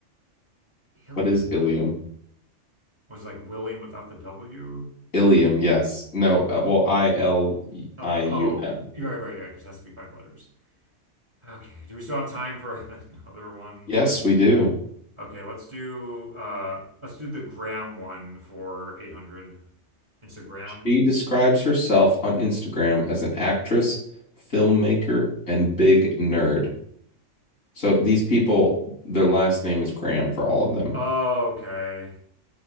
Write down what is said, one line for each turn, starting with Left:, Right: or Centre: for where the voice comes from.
Right: Ilium
Left: What is Ilium?
Right: was like William without the W.
Left: Ilium, yes. No, uh, well, I L
Right: Uh,
Left: I U
Right: oh,
Left: M.
Right: you're right, right, right. Because it has to be five letters. Okay. Do we still have time for <laughs> another one?
Left: Yes, we do.
Right: Or okay, let's do uh let's do the gram one for 800 Instagram.
Left: She describes herself on Instagram as an actress, filmmaker, and big nerd. So these people, their last name is Graham for all of them.
Right: Oh, okay.